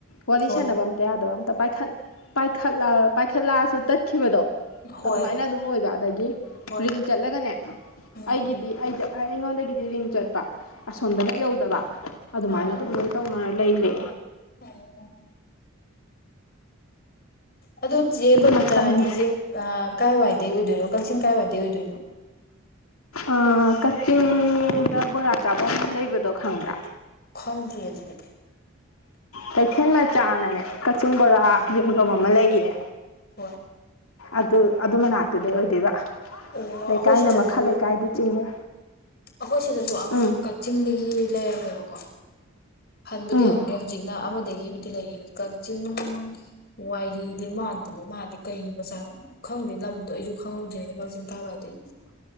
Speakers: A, on the left; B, on the left.
A: ꯋꯥꯔꯤ
B: ꯍꯣꯏ
A: ꯁꯥꯟꯅꯕ ꯑꯝꯇ ꯌꯥꯗꯕ ꯑꯝꯇ ꯄꯥꯏꯈꯠ ꯄꯥꯏꯈꯠꯂ ꯄꯥꯏꯈꯠꯂꯁꯨ ꯇꯠꯈꯤꯕꯗꯣ
B: ꯍꯣꯏ
A: ꯑꯗꯨꯃꯥꯏꯅ ꯑꯗꯨꯝ ꯑꯣꯏꯕ ꯑꯗꯒꯤ
B: ꯍꯣꯏ
A: ꯔꯤꯡ ꯆꯠꯂꯒꯅꯦ
B: ꯎꯝ
A: ꯑꯩꯒꯤꯗꯤ ꯑꯩꯗ ꯑꯩ ꯑꯩꯉꯣꯟꯗꯒꯤꯗꯤ ꯔꯤꯡ ꯆꯠꯄ ꯑꯁꯣꯝꯗꯅ
B: ꯍꯣꯏ
A: ꯌꯧꯗꯕ ꯑꯗꯨꯃꯥꯏꯅ
B: ꯑꯥ
A: ꯑꯗꯨꯝ ꯂꯩ ꯇꯧꯅ ꯂꯩꯔꯦ
B: <unintelligible> ꯑꯗꯣ ꯆꯦ ꯕꯕꯤꯇꯥꯔꯥꯅꯤꯁꯦ
A: ꯃꯇꯝꯁꯦ
B: ꯑꯥ ꯀꯥꯏꯋꯥꯏꯗꯩ ꯑꯣꯏꯗꯣꯏꯅꯣ ꯀꯛꯆꯤꯡ ꯀꯥꯏꯋꯥꯏꯗꯩ ꯑꯣꯏꯗꯣꯏꯅꯣ
A: ꯑꯥ ꯀꯛꯆꯤꯡꯗ ꯕꯣꯔꯥ ꯆꯥꯕꯝ ꯂꯩꯕꯗꯣ ꯈꯪꯕ꯭ꯔꯥ
B: ꯈꯟꯗꯦ ꯑꯗꯨꯗꯤ
A: ꯀꯩꯊꯦꯜ ꯃꯆꯥꯅꯅꯦ ꯀꯛꯆꯤꯡ ꯕꯣꯔꯥ
B: ꯑꯥ
A: ꯌꯨꯝꯐꯝ ꯑꯃ ꯂꯩꯌꯦ
B: ꯍꯣꯏ
A: ꯑꯗꯨ ꯑꯗꯨ ꯃꯅꯥꯛꯇꯨꯗꯩ ꯑꯣꯏꯗꯣꯏꯕ
B: ꯑꯣ
A: ꯂꯩꯀꯥꯏꯅ
B: ꯑꯩꯈꯣꯏ ꯁꯤꯗꯁꯨ
A: ꯃꯈꯥ ꯂꯩꯀꯥꯏꯗꯤ ꯆꯤꯡꯉꯦ
B: ꯑꯩꯈꯣꯏ ꯁꯤꯗꯁꯨ ꯑꯉꯥꯡ
A: ꯎꯝ
B: ꯀꯛꯆꯤꯡꯗꯒꯤ ꯂꯩꯔꯝꯃꯦꯕꯀꯣ ꯍꯟꯕꯨꯗꯤ
A: ꯎꯝ
B: ꯍꯟꯈ꯭ꯔꯦ ꯍꯧꯖꯤꯛꯅ ꯑꯃꯗꯒꯤꯕꯨꯗꯤ ꯂꯩꯔꯤ ꯀꯛꯆꯤꯡ ꯋꯥꯏꯔꯤꯗꯤ ꯃꯥꯟꯗꯕ ꯃꯥꯗꯤ ꯀꯩꯒꯤ ꯃꯆꯥ ꯈꯪꯗꯦ ꯂꯝꯗꯣ ꯑꯩꯁꯨ ꯈꯪꯍꯧꯗ꯭ꯔꯦꯅ <unintelligible> ꯑꯗꯨꯏ